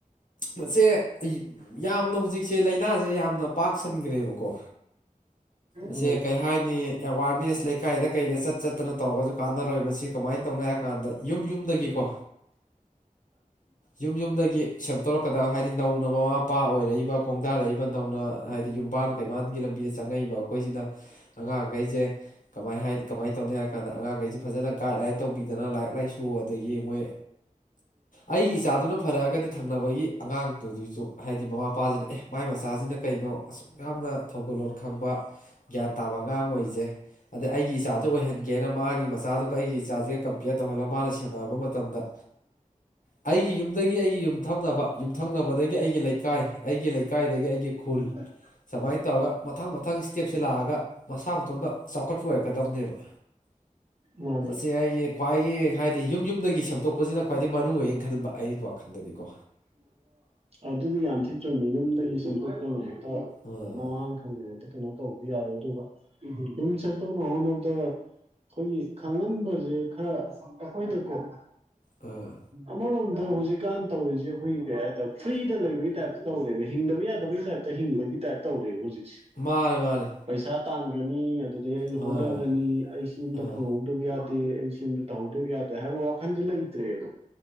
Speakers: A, on the left (about 65°); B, on the right (about 45°).
A: ꯃꯁꯦ ꯌꯥꯝꯅ ꯍꯧꯖꯤꯛꯁꯦ ꯂꯥꯏꯅꯥꯁꯦ ꯌꯥꯝꯅ ꯄꯥꯛꯁꯟꯈ꯭ꯔꯦꯕꯀꯣ ꯑꯦ
B: ꯍꯣꯏ
A: ꯀꯔꯤ ꯍꯥꯏꯅꯤ ꯑꯦꯋꯥꯔꯅꯦꯁ ꯂꯩꯀꯥꯏꯗ ꯀꯩꯗ ꯆꯠ ꯆꯠ ꯆꯠꯇꯅ ꯇꯧꯔꯒꯁꯨ ꯀꯥꯟꯅꯔꯣꯏ ꯃꯁꯤ ꯀꯃꯥꯏꯅ ꯇꯧꯅꯤ ꯍꯥꯏ ꯀꯥꯟꯗ ꯌꯨꯝ ꯌꯨꯝꯗꯒꯤꯀꯣ ꯌꯨꯝ ꯌꯨꯝꯗꯒꯤ ꯁꯦꯝꯗꯣꯔꯛꯀꯗꯕ ꯍꯥꯏꯗꯤ ꯅꯧꯅ ꯃꯃꯥ ꯃꯄꯥ ꯑꯣꯏꯔꯛꯏ ꯈꯣꯡꯗꯥꯔꯛꯏꯕ ꯅꯧꯅ ꯍꯥꯏꯗꯤ ꯌꯨꯝꯕꯥꯟ ꯀꯩꯕꯥꯥꯟꯒꯤ ꯂꯝꯕꯤꯗ ꯆꯪꯉꯛꯏꯕ ꯑꯩꯈꯣꯏꯁꯤꯅ ꯑꯉꯥꯡꯈꯩ ꯁꯦ ꯀꯃꯥꯏ ꯀꯃꯥꯏꯅ ꯇꯧꯅꯤ ꯍꯥꯏ ꯀꯥꯟꯗ ꯑꯉꯥꯡꯈꯩ ꯐꯖꯅ ꯒꯥꯏꯂꯥꯏꯟ ꯇꯧ ꯑꯗꯨꯗꯅ ꯂꯥꯏꯔꯤꯛ ꯂꯥꯏꯁꯨ ꯑꯗꯒꯤ ꯃꯣꯏ ꯑꯩꯒꯤ ꯏꯆꯥꯗꯨꯅ ꯐꯔꯛꯑꯒꯗꯤ ꯊꯪꯅꯕꯒꯤ ꯑꯉꯥꯡꯗꯨꯒꯤꯁꯨ ꯍꯥꯏꯗꯤ ꯃꯃꯥ ꯃꯄꯥꯁꯤꯅ ꯑꯦ ꯃꯥꯏ ꯃꯆꯥꯁꯤꯅ ꯀꯩꯅꯣ ꯑꯁ ꯑꯁꯨꯛ ꯌꯥꯝꯅ ꯊꯧꯒꯜꯂꯣꯟ ꯈꯪꯕ ꯒ꯭ꯌꯥꯟ ꯇꯥꯕ ꯑꯉꯥꯡ ꯑꯣꯏꯔꯤꯁꯦ ꯑꯗ ꯑꯩꯒꯤ ꯏꯆꯥꯔꯖ ꯑꯣꯏꯍꯟꯒꯦꯅ ꯃꯥꯒꯤ ꯃꯆꯥꯗꯨꯒ ꯑꯩꯒꯤ ꯏꯆꯥꯔꯁꯤꯒ ꯇꯧꯍꯜꯂ ꯃꯥꯅ ꯁꯦꯝꯃꯛꯑꯕ ꯃꯇꯝꯗ ꯑꯩꯒꯤ ꯌꯨꯝꯗꯒꯤ ꯑꯩꯒꯤ ꯌꯨꯝ ꯊꯝꯅꯕ ꯌꯨꯝꯊꯪꯅꯕꯗꯒꯤ ꯑꯩꯒꯤ ꯂꯩꯀꯥꯏ ꯑꯩꯒꯤ ꯂꯩꯀꯥꯏꯗꯒꯤ ꯑꯩꯒꯤ ꯈꯨꯜ
B: ꯎꯝ
A: ꯁꯨꯃꯥꯏꯅ ꯇꯧꯔꯒ ꯃꯊꯪ ꯃꯊꯪ ꯁ꯭ꯇꯦꯞꯁꯦ ꯂꯥꯛꯑꯒ ꯃꯁꯥ ꯃꯇꯣꯝꯗ ꯆꯥꯎꯈꯠꯄ ꯑꯣꯏꯔꯛꯀꯗꯕꯅꯦꯕ
B: ꯃꯥꯅꯤ
A: ꯁꯤ ꯑꯩꯒꯤ ꯈ꯭ꯋꯥꯏꯒꯤ ꯍꯥꯏꯗꯤ ꯌꯨꯝ ꯌꯨꯝꯗꯒꯤ ꯁꯦꯝꯗꯣꯛꯄꯁꯤꯅ ꯈ꯭ꯋꯥꯏꯗꯒꯤ ꯃꯔꯨꯏꯌꯦꯅ ꯈꯟꯕ ꯑꯩꯒꯤ ꯋꯥꯈꯜꯗꯗꯤꯀꯣ
B: ꯑꯗꯨꯗꯤ ꯌꯥꯝꯊꯤ ꯆꯨꯝꯃꯦ ꯌꯨꯝꯗꯒꯤ ꯁꯦꯝꯗꯣꯛꯇꯅꯤ ꯍꯦꯛꯇ
A: ꯑꯥ
B: ꯃꯃꯥꯡ ꯈꯪꯗꯉꯩꯗ ꯀꯩꯅꯣ ꯇꯧꯕꯗꯤ ꯌꯥꯔꯣꯏ ꯑꯗꯨꯒ ꯌꯨꯝ ꯁꯛꯇꯧꯅꯕ ꯍꯣꯠꯅꯕꯅꯕꯗ ꯑꯩꯈꯣꯏꯒꯤ ꯈꯪꯍꯟꯕꯁꯦ ꯈꯔ ꯑꯩꯈꯣꯏꯗꯀꯣ
A: ꯑꯥ
B: ꯑꯃꯔꯣꯝꯗ ꯍꯧꯖꯤꯛꯀꯥꯟ ꯇꯧꯔꯤꯁꯦ ꯑꯩꯈꯣꯏꯒꯤ ꯀꯩ ꯍꯥꯏꯇꯥꯔꯦ ꯐ꯭ꯔꯤꯗ ꯂꯩꯕꯒꯤ ꯇꯥꯏꯞꯇ ꯇꯧꯔꯦꯕ ꯍꯤꯡꯗꯕ ꯌꯥꯗꯕꯒꯤ ꯇꯥꯏꯞꯇ ꯍꯤꯡꯕꯒꯤ ꯇꯥꯏꯞ ꯇꯧꯔꯦꯕ ꯍꯧꯖꯤꯛꯁꯦ
A: ꯃꯥꯅꯦ ꯃꯥꯅꯦ
B: ꯄꯩꯁꯥ ꯇꯥꯟꯒꯅꯤ ꯑꯗꯨꯗꯩ ꯑꯩ
A: ꯑꯥ
B: ꯍꯣꯠꯅꯒꯅꯤ ꯑꯩ ꯁꯤ ꯑꯝꯇ
A: ꯑꯥ
B: ꯍꯪꯍꯧꯗꯕ ꯌꯥꯗꯦ ꯑꯩ ꯁꯤꯝꯗ ꯇꯧꯍꯧꯗꯕ ꯌꯥꯗꯦ ꯍꯥꯏꯕ ꯋꯥꯈꯜꯁꯦ ꯂꯩꯇ꯭ꯔꯦꯕ